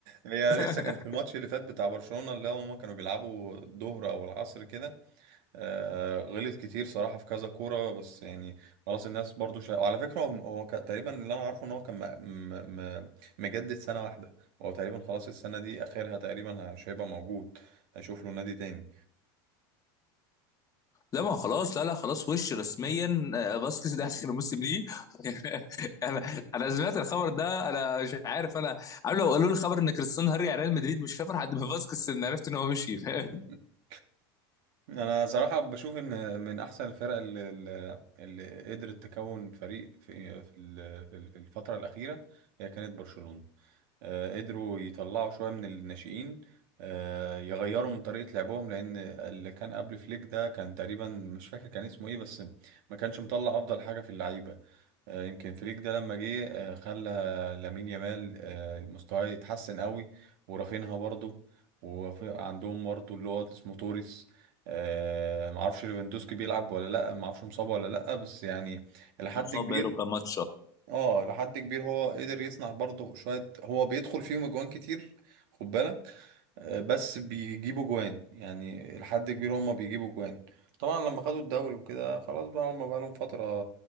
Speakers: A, on the right; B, on the left.
A: هي لسه
B: <laughs>
A: كان في الماتش اللي فات بتاع برشلونة اللي هما كانوا بيلعبوا الظهر او العصر كده آه، غلط كتير صراحة في كذا كورة بس يعني خلاص الناس برضو شا... وعلى فكرة هو هو ك... تقريبا اللي أنا عارفه إن هو كان م... م... م- مجدد سنة واحدة هو تقريبا خلاص السنة دي آخرها تقريبا مش هيبقى موجود هيشوف له نادي تاني
B: لا ما خلاص لا لا خلاص وش رسميا آه، فاسكيز ده اخر موسم ليه <laughs> انا انا سمعت الخبر ده انا مش عارف انا عارف لو قالوا لي خبر ان كريستيانو هاري على ريال مدريد مش هفرح قد ما <laughs> فاسكيز ان عرفت ان هو ممشي <laughs> فاهم؟
A: <laughs> أنا صراحة بشوف إن من أحسن الفرق اللي, اللي اللي قدرت تكون فريق في في ال- في ال- في الفترة الأخيرة هي كانت برشلونة آه، قدروا يطلعوا شوية من الناشئين آه، يغيروا من طريقة لعبهم لأن اللي كان قبل فليك ده كان تقريبا مش فاكر كان اسمه إيه بس ما كانش مطلع أفضل حاجة في اللعيبة آه، يمكن فليك ده لما جه آه، خلى لامين يامال آه، مستواه يتحسن قوي ورافينها برضه وعندهم برضه اللي هو اسمه توريس آه، معرفش ليفاندوسكي بيلعب ولا لأ معرفش مصاب ولا لأ بس يعني إلى حد
B: مصاب
A: كبير
B: بقاله كام ماتش
A: اه لحد كبير هو قدر يصنع برضه شوية هو بيدخل فيهم اجوان كتير خد بالك آه، بس بيجيبوا جوان يعني لحد كبير هما بيجيبوا جوان طبعا لما خدوا الدوري وكده خلاص بقى هما بقى لهم فترة